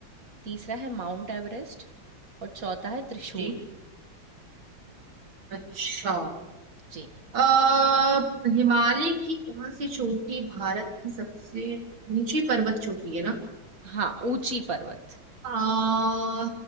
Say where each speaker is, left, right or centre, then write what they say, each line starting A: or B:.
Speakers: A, on the right (about 45°); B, on the right (about 75°).
A: तीसरा है माउंट एवरेस्ट और चौथा है त्रिशूल
B: जी अच्छा
A: जी
B: अः हिमालय की कौन सी चोटी भारत की सबसे ऊंची पर्वत चोटी है ना
A: हाँ ऊंची पर्वत
B: आ,